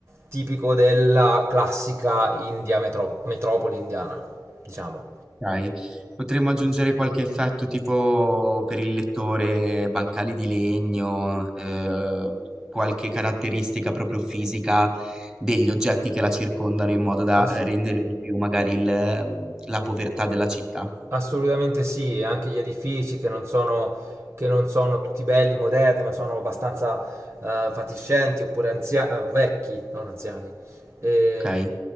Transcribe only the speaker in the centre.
Ok? Potremmo aggiungere qualche effetto tipo per il lettore, bancali di legno, eh, qualche caratteristica proprio fisica degli oggetti che la circondano in modo da
eh, rendere di più magari il, mm, la povertà della città.
Ok?